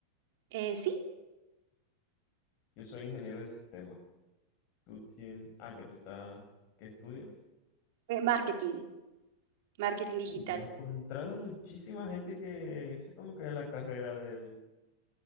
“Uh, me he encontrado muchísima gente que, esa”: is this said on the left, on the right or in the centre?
Left